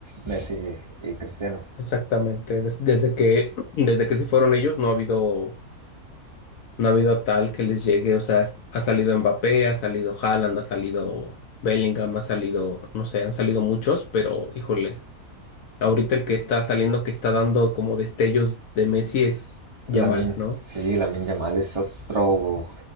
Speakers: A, on the right; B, on the left.
A: Messi y Cristiano.
B: exactamente, des- desde que, <clears throat> desde que se fueron ellos, no ha habido, no ha habido tal que les llegue, o sea, has- ha salido Mbappé, ha salido Haaland, ha salido Bellingham, ha salido, no sé, han salido muchos, pero híjole. Ahorita el que está saliendo, que está dando como destellos de Messi es Yamal,
A: Lamin,
B: ¿no?
A: sí, Lamin Yamal es otro.